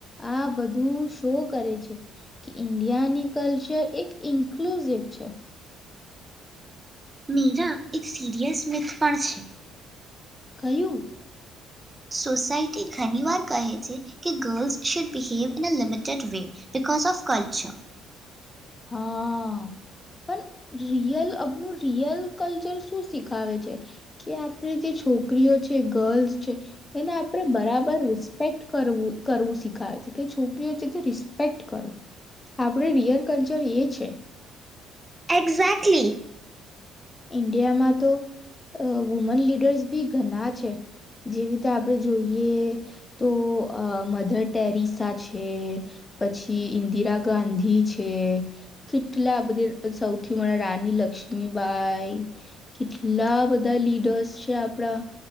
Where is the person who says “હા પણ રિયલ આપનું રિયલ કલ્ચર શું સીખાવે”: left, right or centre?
Left